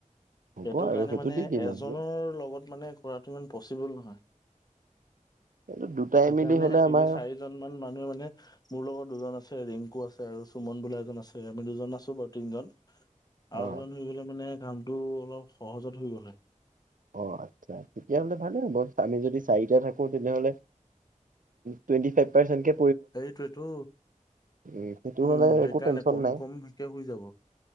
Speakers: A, on the right; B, on the left.
A: হ'ব
B: সেইটো
A: আৰু
B: কাৰণে মানে
A: দি দিম
B: এজনৰ
A: আৰু
B: লগত মানে কৰাটো ইমান পচিবল নহয়।
A: এইটো দুটাই
B: সেইকাৰণে
A: মিলি হ'লে
B: তিনি
A: আমাৰ
B: চাৰিজন মান মানুহে মানে মোৰ লগত দুজন আছে ৰিংকু আছে আৰু সুমন বোলা এজন আছে আমি দুজন আছো বাৰু তিনজন। আও
A: অ
B: এজন হৈ গলে মানে কামটো অলপ সহজত হৈ গলে হয়।
A: অ আচ্ছা তেতিয়াহ'লে ভালে হ'ব আমি যদি চাৰিটা থাকো তেনেহ'লে টুৱেন্টি ফাইভ পাৰ্চেনকে
B: এইটোৱে টো
A: উম সেইটো
B: উম
A: হ'লে
B: সেইকাৰণে
A: একো টেনচন
B: কম
A: নাই
B: কম সেকে হৈ যাব।